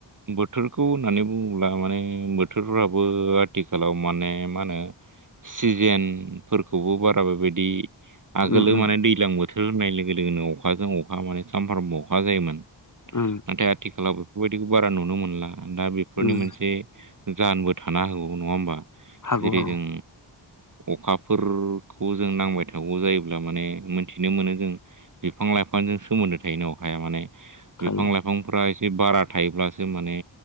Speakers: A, on the right; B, on the left.
A: बोथोरखौ होननानै बुङोब्ला माने बोथोरफ्राबो आथि खालाव माने मा होनो सिजेनफोरखौबो बारा बेबायदि आगोलोाव
B: उम
A: माने दैज्लां बोथोर होननाय लोगो लोगोनो अखाजों अखा माने सानफ्रामबो अखा जायोमोन। नाथाय
B: उम
A: आथिखालाव बेफोरबायदिखौ बारा नुनो मोनला दा बेफोरनि
B: उम
A: मोनसे जाहोनबो थानो हागौ नङा होमबा
B: हागौ
A: जेरै
B: हागौ
A: जों अखाफोरखौ जों नांबाय थागौ जायोब्ला माने मोनथिनो मोनो जों बिफां लाइफांजों सोमोन्दो थायनो अखाया माने
B: थायो
A: बिफां लाइफांफ्रा जि बारा थायोब्लासो माने